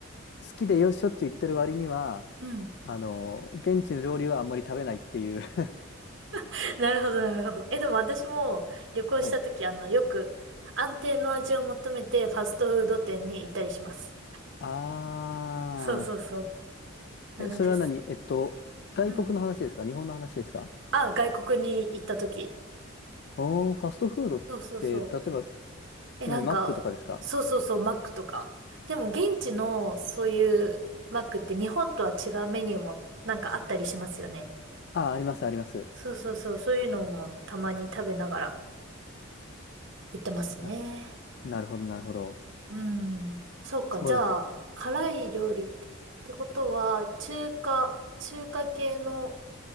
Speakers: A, on the left (about 55°); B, on the right (about 60°).
A: 好きでよしょっちゅう行ってる割には、
B: うん。
A: あの、現地の料理はあんまり食べないっていう。<laughs>
B: <laughs> なるほど、なるほど。え、でも私も旅行した時、
A: はい。
B: あの、よく安定の味を求めてファストフード店に行ったりします。
A: あ
B: そうそうそう。なのです。
A: ー。え、それは何えっと、外国の話ですか日本の話ですか
B: うん。あ、外国に行った時。
A: おー、ファストフードって、
B: そうそうそう。
A: 例えば、
B: え、
A: 何、
B: なんか、
A: マックとかですか
B: そうそうそう、マックとか。でも現地のそういうマックって日本とは違うメニューもなんかあったりしますよね。
A: あー、あります、あります。
B: そうそうそう、そういうのもたまに食べながら行ってますね。
A: な、なるほど、なるほど。
B: うん。そうか。
A: そうです。
B: じゃあ、辛い料理って、ってことは、中華、中華系の